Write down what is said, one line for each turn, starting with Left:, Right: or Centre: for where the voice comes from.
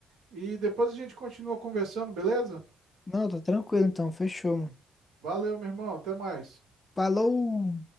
Right: E depois a gente continua conversando, beleza?
Left: Não, tá tranquilo então. Fechou, mano.
Right: Valeu, meu irmão. Até mais.
Left: Falou!